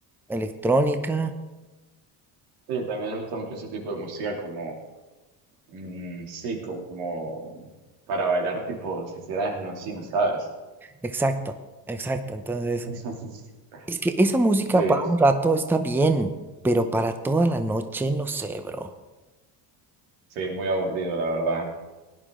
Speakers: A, in the centre; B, on the right.
A: electrónica.
B: Sí, también les gusta mucho ese tipo de música como, mm, sí, como para bailar tipo si hicieras en los Sims, ¿sabes?
A: Exacto, exacto. Entonces,
B: <laughs>
A: es que esa música
B: sí,
A: para un rato está bien, pero para toda la noche no sé, bro.
B: sí, muy aburrido, la verdad.